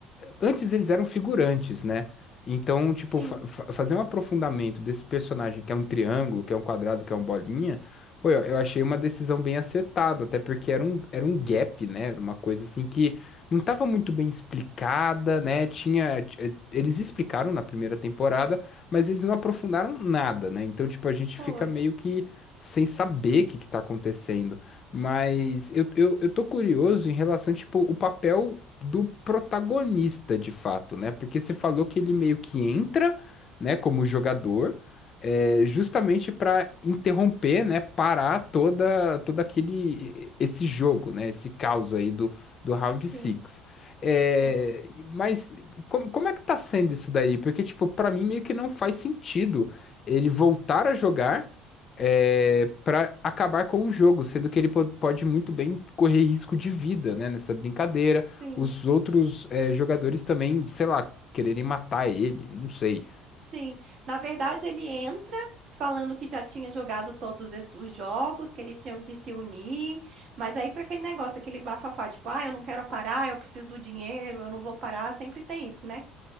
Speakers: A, on the left; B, on the right.
A: antes eles eram figurantes, né? Então, tipo,
B: Sim,
A: fa- fa- fazer um aprofundamento desse personagem que é um triângulo, que é um quadrado, que é um bolinha, pô, eu, eu achei uma decisão bem acertada, até porque era um, era um gap, né? Era uma coisa assim que não estava muito bem explicada, né? Tinha, t- eh, eles explicaram na primeira temporada, mas eles não aprofundaram nada, né? Então, tipo, a gente
B: foi.
A: fica meio que sem saber o que que tá acontecendo. Mas eu, eu, eu tô curioso em relação, tipo, o papel do protagonista, de fato, né? Porque você falou que ele meio que entra, né, como jogador, é, justamente para interromper, né, parar toda todo aquele esse jogo, né, esse caos aí do, do Round six
B: Sim,
A: É,
B: sim,
A: mas como, como é que tá sendo isso daí? Porque, tipo, para mim meio que não faz sentido ele voltar a jogar é, para acabar com o jogo, sendo que ele po- pode muito bem correr risco de vida, né, nessa brincadeira
B: sim.
A: os outros é, jogadores também, sei lá, quererem matar ele, não sei.
B: Sim, na verdade ele entra falando que já tinha jogado todos esses- os jogos, que eles tinham que se unir, mas aí foi aquele negócio, aquele bafafá, tipo, ah, eu não quero parar, eu preciso do dinheiro, eu não vou parar, sempre tem isso, né?